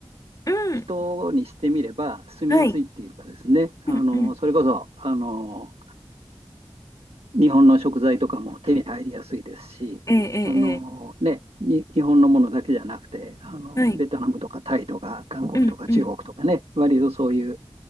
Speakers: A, on the left; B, on the right.
A: うん。
B: 人にしてみれば住みやすいっていうかですね、
A: はい。
B: あの、
A: うんうん。
B: それこそ、あの、日本の食材とかも手に入りやすいですし、
A: ええ、ええ、
B: あのね、
A: ええ
B: に日本のものだけじゃなくてあの、
A: はい。
B: ベトナムとかタイとか韓国とか中国とかね、
A: うんうん
B: 割とそういう